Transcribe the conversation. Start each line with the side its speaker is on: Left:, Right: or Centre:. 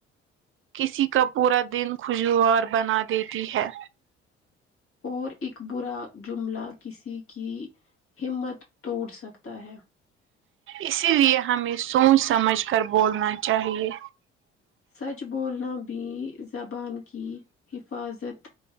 Right: کسی کا پورا دن خوشگوار بنا دیتی ہے
Left: اور ایک برا جملہ کسی کی ہمت توڑ سکتا ہے
Right: اسی لیے ہمیں سوچ سمجھ کر بولنا چاہیے
Left: سچ بولنا بھی زبان کی حفاظت